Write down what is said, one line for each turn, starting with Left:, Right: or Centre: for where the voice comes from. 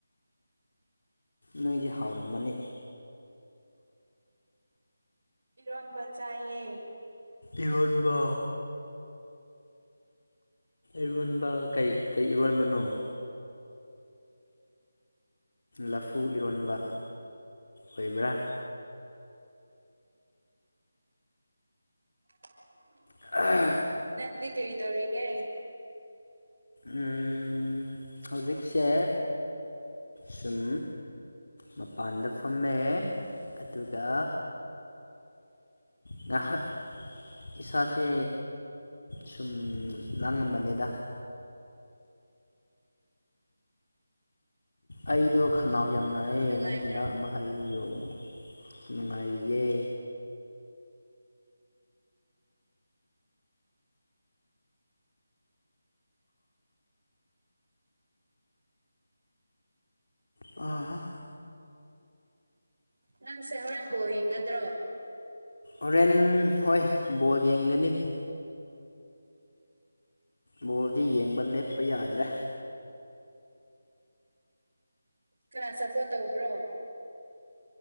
Left: ꯅꯣꯏꯗꯤ ꯍꯥꯎꯔꯝꯃꯅꯤ
Right: ꯏꯔꯣꯟꯕ ꯆꯥꯏꯌꯦ
Left: ꯏꯔ‌ꯣꯟꯕꯥ ꯏꯔꯣꯟꯕ ꯀꯩ ꯀꯩ ꯏꯔꯣꯟꯕꯅꯣ ꯂꯐꯨ ꯏꯔꯣꯟꯕ ꯑꯣꯏꯕ꯭ꯔꯥ
Right: <unintelligible>
Left: <unintelligible>
Right: ꯅꯪꯗꯤ ꯀꯔꯤ ꯇꯧꯔꯤꯒꯦ
Left: ꯎꯝ ꯍꯧꯖꯤꯛꯁꯦ ꯁꯨꯝ ꯃꯄꯥꯟꯗ ꯐꯝꯃꯦ ꯑꯗꯨꯒ ꯉꯍꯥꯛ ꯏꯁꯥꯁꯦ ꯁꯨꯝ ꯂꯥꯡꯉꯝꯕꯅꯦꯗ ꯑꯩꯗꯣ ꯈꯅꯥꯎ ꯌꯥꯝ ꯅꯥꯏꯌꯦ
Right: ꯅꯨꯡꯉꯥꯏꯕ꯭ꯔꯣ
Left: ꯅꯪ ꯍꯤꯗꯥꯛ ꯑꯃ ꯍꯥꯏꯕꯤꯌ‌ꯣ ꯅꯨꯡꯉꯥꯏꯔꯤꯌꯦ ꯑꯍꯥ
Right: ꯅꯪꯁꯦ ꯍꯧꯔꯦꯟ ꯕꯣꯜ ꯌꯦꯡꯒꯗ꯭ꯔꯣ
Left: ꯍꯣꯔꯦꯟ ꯍꯣꯏ ꯕꯣꯜ ꯌꯦꯡꯒꯅꯤ ꯕꯣꯜꯗꯤ ꯌꯦꯡꯕ ꯂꯦꯞꯄ ꯌꯥꯗ꯭ꯔꯦ
Right: ꯀꯅꯥ ꯁꯞꯄꯣꯔꯠ ꯇꯧꯕ꯭ꯔꯣ